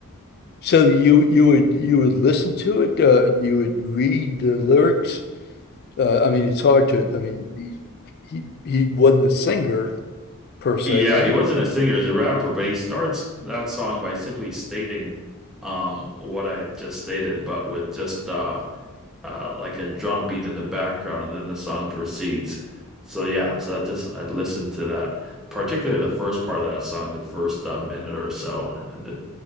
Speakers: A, on the left; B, in the centre.
A: So you you would you would listen to it, uh, you would read the lyrics. Uh, I mean, it's hard to. I mean, he he wasn't a singer per se,
B: Yeah,
A: right?
B: he wasn't a singer, he a rapper, but he starts that song by simply stating um what I just stated, but with just uh uh like a drum beat in the background and then the song proceeds. So yeah, so I just I listened to that, particularly the first part of that song, the first uh, minute or so, and it